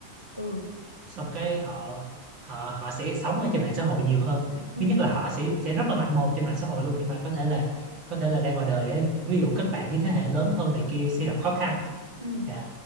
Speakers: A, on the right; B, on the right.
A: ừ,
B: xong cái họ họ họ sẽ sống ở trên mạng xã hội nhiều hơn
A: ừm,
B: thứ nhất là họ sẽ sẽ rất là mạnh mồm trên mạng xã hội luôn nhưng mà có thể là có thể là ra ngoài đời á, ví dụ kết bạn với thế hệ lớn hơn này kia sẽ gặp khó khăn
A: ừm.
B: dạ